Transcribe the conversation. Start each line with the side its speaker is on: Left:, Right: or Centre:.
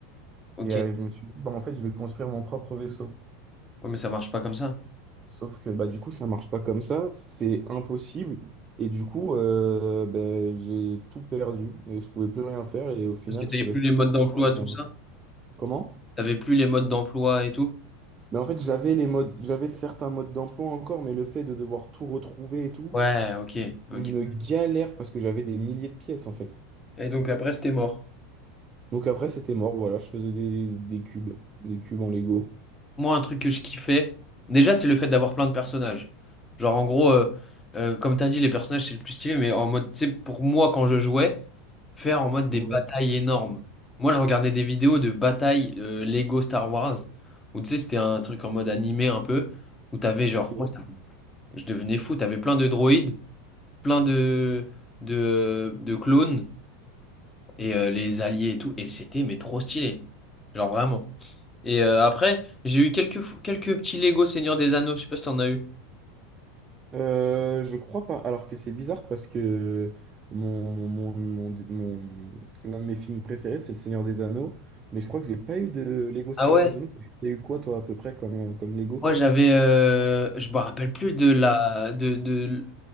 Left: ok.
Right: Et euh, je me suis dit, bah, en fait, je vais construire mon propre vaisseau.
Left: Ouais, mais ça marche pas comme ça.
Right: Sauf que bah, du coup, ça marche pas comme ça, c'est impossible. Et du coup, euh, ben, j'ai tout perdu et je pouvais plus rien faire. Et au final,
Left: Parce que t'avais
Right: je suis
Left: plus
Right: resté
Left: les modes
Right: très
Left: d'emploi,
Right: longtemps avec
Left: tout
Right: un...
Left: ça.
Right: Comment?
Left: T'avais plus les modes d'emploi et tout.
Right: Mais en fait, j'avais les modes, j'avais certains modes d'emploi encore, mais le fait de devoir tout retrouver et tout,
Left: Ouais, ok, ok.
Right: une galère parce que j'avais des milliers de pièces en fait.
Left: Et donc après, c'était mort.
Right: Donc après, c'était mort, voilà, je faisais des, des cubes, des cubes en Lego.
Left: Moi, un truc que je kiffais, déjà, c'est le fait d'avoir plein de personnages. Genre, en gros, euh, euh, comme t'as dit, les personnages, c'est le plus stylé, mais en mode, tu sais, pour moi, quand je jouais, faire en mode des
Right: Ouais,
Left: batailles énormes. Moi, je regardais des vidéos de batailles euh, Lego Star Wars, où tu sais, c'était un truc en mode animé un peu, où t'avais genre,
Right: ok.
Left: moi, ça- je devenais fou, t'avais plein de droïdes, plein de, de, euh, de clones, et euh, les alliés et tout, et c'était, mais trop stylé. Genre, vraiment. Et euh, après, j'ai eu quelques, fou- quelques petits Lego Seigneur des Anneaux, je sais pas si t'en as eu.
Right: Euh, je crois pas. Alors que c'est bizarre parce que mon, mon, mon, mon- l'un de mes films préférés, c'est Le Seigneur des Anneaux. Mais je crois que j'ai pas eu de Lego Seigneur
Left: Ah ouais?
Right: des Anneaux. T'as eu quoi, toi, à peu près, comme, euh, comme Lego?
Left: Moi j'avais, euh, je me rappelle plus de la, de, de